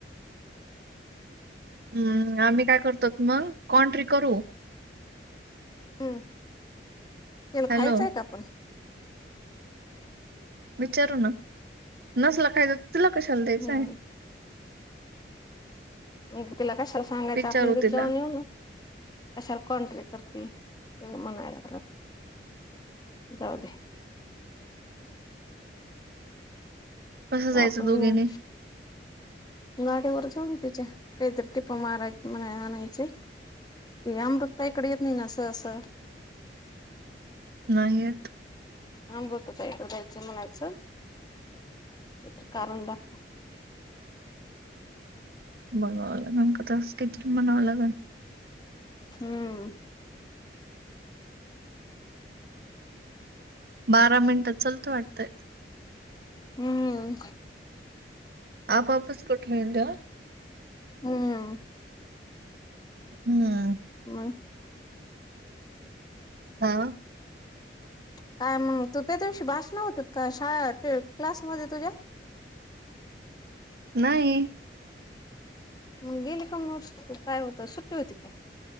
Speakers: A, on the right (about 60°); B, on the left (about 25°).
A: हम्म आम्ही काय करतो मग कोण तरी करू
B: ह् तेल
A: हॅलो
B: खायचंय का आपण,
A: विचारू न नसला काायच तुला कशाला
B: हम्म
A: द्यायचंय.
B: म तिला कशाला सांगायचं
A: विचारू
B: आपण तेेत
A: तिला
B: जाऊन येऊ ना. कशाला कॉन्टरी करतील म्हणायला. जाऊतदे
A: कसं जायचं
B: या आपण.
A: दोघीनी
B: गाडीवर जाऊन तिच्या काहीतरी टिप माराय म आणायचे. आम बघता इकडे येत नाही नासं असं.
A: नाहीत.
B: हां बतोक जायचं म्हणायचं इतर कारण दाखव.
A: बनवावं लागेल न का तस कितीरी बनवं लागेल.
B: हम्म.
A: बारा मिनिटं लत वाटतंय.
B: हम्म
A: आप वापस कोठेही जा,
B: हम्म,
A: हम्म.
B: हम्
A: हा.
B: काय मग तू त्याच्या दिवशी भाषण होत का शाळा क्लासमध्येध्ये तुझ्या,
A: नाही
B: मग गेली का मग काय होत सुट्टी होती काय.